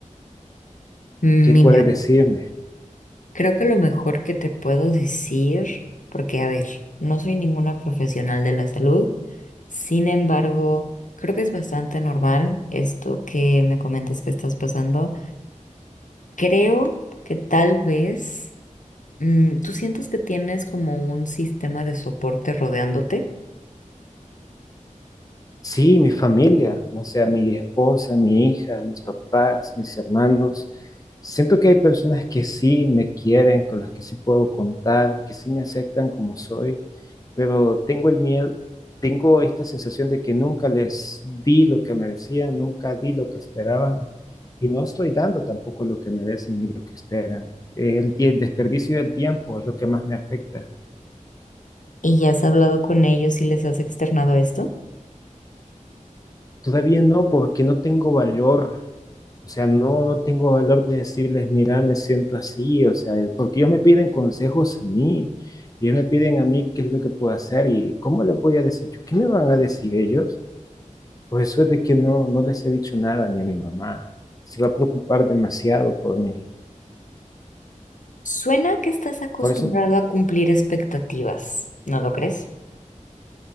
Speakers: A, on the left; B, on the left.
A: Mira,
B: qué puedes decirme.
A: creo que lo mejor que te puedo decir, porque a ver, no soy ninguna profesional de la salud, sin embargo, creo que es bastante normal esto que me comentas que estás pasando. Creo que tal vez mm, tú sientes que tienes como un sistema de soporte rodeándote
B: Sí, mi familia, o sea, mi esposa, mi hija, mis papás, mis hermanos. Siento que hay personas que sí me quieren, con las que sí puedo contar, que sí me aceptan como soy, pero tengo el miedo, tengo esta sensación de que nunca les di lo que merecían, nunca di lo que esperaban y no estoy dando tampoco lo que merecen ni lo que esperan. El tie- desperdicio del tiempo es lo que más me afecta.
A: y ya has hablado con ellos y les has externado esto.
B: Todavía no, porque no tengo valor. O sea, no, no tengo valor de decirles, mira, me siento así, o sea, eh, porque ellos me piden consejos a mí, ellos me piden a mí qué es lo que puedo hacer y cómo le voy a decir yo, ¿qué me van a decir ellos? Por eso es de que no, no les he dicho nada ni a mi mamá, se va a preocupar demasiado por mí.
A: Suena que estás acostumbrado
B: Por eso
A: a cumplir expectativas, ¿no lo crees?